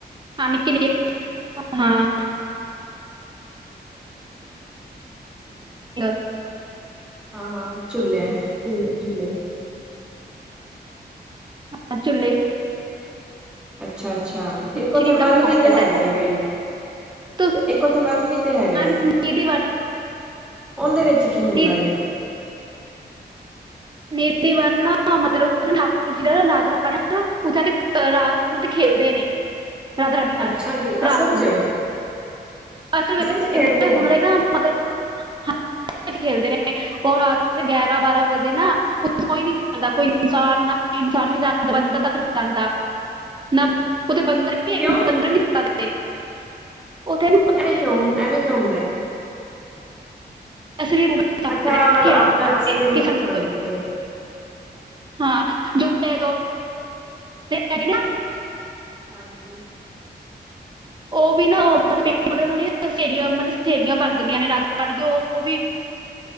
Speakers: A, on the right (about 25°); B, in the centre.
A: ਹਾਂ ਨਿੱਕੇ ਨਿੱਕੇ ਹਾਂ। <unintelligible>
B: ਹਾਂ ਹਾਂ ਝੁੱਲੇ ਤਿੰਨ ਝੁੱਲੇ।
A: ਹਾਂ ਝੁੱਲੇ।
B: ਅੱਛਾ ਅੱਛਾ ਇੱਕ ਉੱਥੇ
A: ਸ਼੍ਰੀ ਦਾ
B: ਵਨ
A: ਭੋਗ
B: ਵੀ ਤੇ
A: ਮਿਲਦਾ
B: ਹੈਗਾ
A: ਹੈ।
B: ਕਈ।
A: ਤੁਸੀਂ
B: ਇੱਕ ਉਥੇ ਵੰਨ ਵੀ ਤੇ ਹੈਗਾ
A: ਆ ਨੀਦੀ
B: ਏ।
A: ਵਨ
B: ਉਹਦੇ ਵਿੱਚ ਕੀ ਹੁੰਦਾ
A: ਨੀ-
B: ਏ?
A: ਨਿਤੀ ਵੰਦਨਾ ਮਤਲਬ ਨਾ ਰਾਜ ਉੱਥੇ ਆ ਕੇ ਰਾਤ ਨੂੰ ਨਾ ਖੇਲਦੇ ਨੇ। ਰਾਧਾ ਰਾਾਣੀ ਨਾਲ
B: ਅੱਛਾ ਜੀ,
A: ਰਾਤ
B: ਅਸਲ
A: ਨੂੰ।
B: ਚ
A: ਅਸਲ ਵਿੱਚ ਕਹਿੰਦੇ
B: ਚ ਖੇਡਦੇ ਆ,
A: ਹੁਣ ਨਾ ਮਤਲਬ ਹਾਂ ਆਪਸ ਚ ਖੇਲਦੇ ਨੇ ਉਹ ਰਾਤ ਗਿਆਰਾਂ ਬਾਰਾਂ ਵਜੇ ਨਾ ਉੱਥੇ ਕੋਈ ਨੀ ਜਾਂਦਾ ਕੋਈ ਇਨਸਾਨ ਇਨਸਾਨ ਵੀ ਜਾਦਾ ਬੰਦਾ ਤੱਕ ਨਹੀਂ ਜਾਂਦਾ। ਨਾ ਉਥੇ ਬੰਦਰ ਵੀ ਹੈਗੇ
B: ਕਿਉਂ
A: ਬੰਦਰ ਨੀ ਛੱਡਦੇ। ਉਥੇਤਲੂ।
B: ਐਵੇਂ ਕਿਉਂ ਐਵੇਂ ਕਿਉਂ ਹੁੰਦਾ?
A: ਅਸੀ ਵੀ ਜਾਂਦੇ
B: ਅੱਛਾ,
A: ਵ
B: ਉਹਨਾਂ
A: ਖੇਲਣ
B: ਦਾ ਆਪਣੇ
A: ਵਾਸਤੇ
B: ਅਸਲੀ ਰੂਪ
A: ਕਿ ਸਾਨੂੰ
B: ਚ ਆਂਦੇ ਨੇ
A: ਹਾਂ ਜੁਤੇ ਹੈਗੇ ਨਾ।
B: ਹਾਂਜੀ।
A: ਉਹ ਵੀ ਨਾਬ ਉਹ ਨੇ ਸਹੇਲੀਆਂ ਮਤਲਬ ਸਹੇਲੀਆਂ ਬਣ ਜਾਂਦੀਆਂ ਨੇ ਰਾਦਾ ਰਾਣੀ ਉਹ ਵੀ।